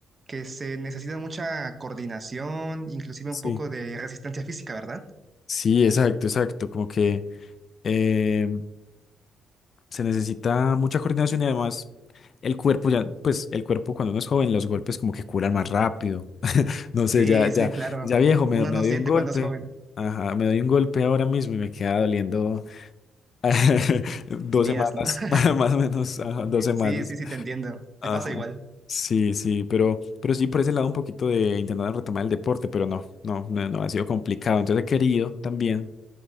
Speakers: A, on the right; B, on the left.
A: que se necesita mucha coordinación, inclusive
B: sí.
A: un poco de resistencia física, ¿verdad?
B: Sí, exacto, exacto. Como que eh, se necesita mucha coordinación y además el cuerpo ya, pues el cuerpo cuando uno es joven, los golpes como que curan más rápido. <laughs> No sé,
A: Sí,
B: ya, ya,
A: sí, claro.
B: ya viejo, me,
A: Uno
B: me
A: no
B: doy
A: siente
B: un golpe.
A: cuando es joven,
B: Ajá, me doy un golpe ahora mismo y me queda doliendo <laughs> Dos
A: días,
B: semanas,
A: ¿no? <laughs>
B: <laughs> más o menos, ajá, dos semanas.
A: Sí, sí, sí, te entiendo.
B: Ajá.
A: Me pasa igual.
B: Sí, sí, pero, pero sí por ese lado un poquito de intentar retomar el deporte, pero no, no, no, no, ha sido complicado. Entonces he querido también